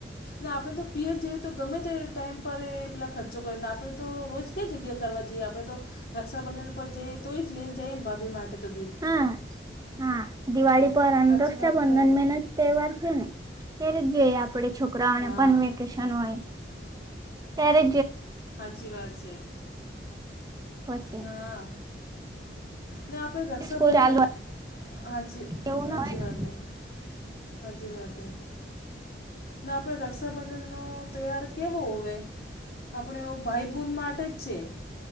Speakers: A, on the left; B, on the right.
A: ના આપણે તો પિયર જઈએ તો ગમે તે ટાઈમ પર એ પેલા ખર્ચો કરીને આપણે તો રોજ ક જગ્યા કરવા જઈએ આપણેે તો રક્ષાબંધન પર જઈએ તો એ જ લઈને જઈએ ને ભાભી માટે તો ગી
B: હા હા દિવાળી પર અને
A: સાચી
B: રક્ષાબંધન
A: વાત હે ને
B: મેનત તહેવાર છે ને તે્યારે જ આપ આપે છોકરાઓને
A: હા
B: પણ વેકેશન હોય ત્યારે
A: સાચી વાત છે
B: પછી
A: હા નાને આપણે રક્ષાબંધન
B: સ્કૂલ ચાલુ
A: હાચી
B: એવું
A: સાાચી
B: ના હોય ને
A: વાત હ હાજી વાત ના આપણે રક્ષાબંધનનો તૈયાર કેવો હવે આપણે એવો ભાઈ બૂન માટે જ છે